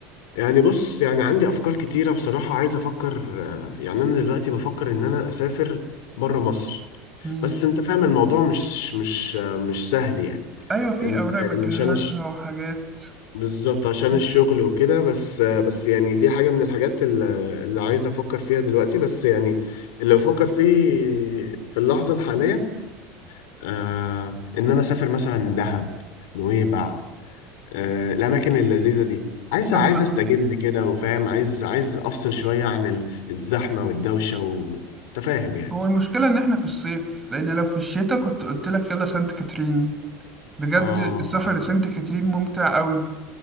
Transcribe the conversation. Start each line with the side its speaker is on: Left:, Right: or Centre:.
Left: يعني بص يعني عندي افكار كتيرة بصراحة عايز افكر آه يعني انا دلوقتي بفكر ان انا اسافر بره مصر
Right: مم.
Left: بس انت فاهم الموضوع مش مش آه مش سهل يعني
Right: ايوه في
Left: ان
Right: اوراق بتجهزها
Left: إن عشان
Right: وحاجات
Left: بالظبط عشان
Right: مم.
Left: الشغل وكده بس بس يعني دي حاجة من الحاجات ال- اللي عايز أفكر فيها دلوقتي بس يعني اللي بفكر فيه في اللحظة الحالية آه إن أنا أسافر مثلا دهب نويبع آه الأماكن اللذيذة دي عايز
Right: طب
Left: عايز
Right: ما
Left: أستجم كده وفاهم عايز عايز أفصل شوية عن ال- الزحمة والدوشة وتفاهم يعني
Right: هو المشكله ان احنا في الصيف لان لو في الشتاء كنت قلت لك يلا سانت كاترين بجد
Left: آه
Right: السفر لسانت كاترين ممتع قوي